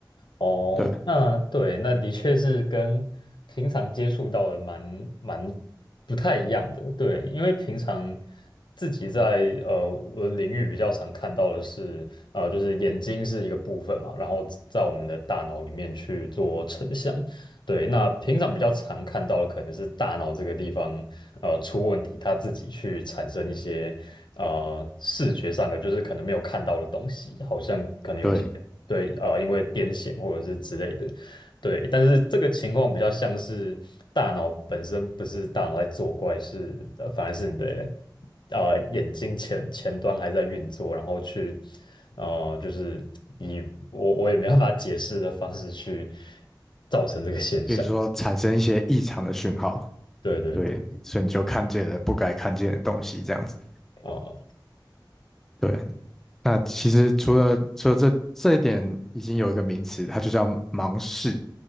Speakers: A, on the left; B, in the centre.
A: 哦，
B: 对
A: 那对，那的确是跟平常接触到的蛮蛮不太一样的，对，因为平常自己在呃我的领域比较常看到的是，呃，就是眼睛是一个部分嘛，然后在我们的大脑里面去做成像，对，那平常比较常看到的可能是大脑这个地方呃出问题，它自己去产生一些呃视觉上的，就是可能没有看到的东西，好像。可能有些。
B: 对，
A: 对，呃，因为癫痫或者是之类的，对，但是这个情况比较像是大脑本身不是大脑在作怪，是呃反而是你的呃眼睛前前端还在运作，然后去呃就是以我我也没办法解释的方式去造成这个现象，
B: 比如说产生一些异常的讯号，
A: 对对对，
B: 对，所以你就看见了不该看见的东西，这样子。
A: 哦、
B: 对，那其实除了除了这这一点，已经有一个名词，它就叫盲视。